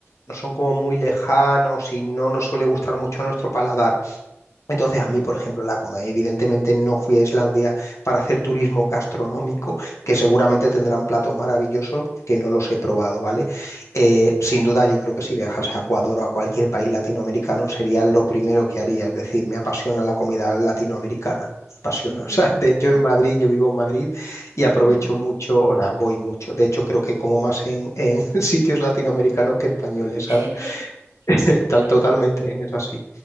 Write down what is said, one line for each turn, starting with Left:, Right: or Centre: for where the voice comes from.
Left: no son como muy lejanos y no nos suele gustar mucho a nuestro paladar. Entonces,
Right: ujú,
Left: a mí, por ejemplo, la comida, evidentemente no fui a Islandia para hacer turismo gastronómico, que seguramente tendrán platos maravillosos que no los he probado, ¿vale? Eh, sin duda, yo creo que si viajas a Ecuador o a cualquier país latinoamericano sería lo primero que haría, es decir, me apasiona la comida latinoamericana. me apasiona.
Right: ujú,
Left: <laughs> O sea, de hecho en Madrid, yo vivo en Madrid y aprovecho
Right: ujú.
Left: mucho, o sea, voy mucho. De hecho, creo que como más en, en <laughs> sitios latinoamericanos que españoles,
Right: <laughs>
Left: ¿sabes? <laughs> Tal,
Right: Pero,
Left: totalmente, ¿eh? es así.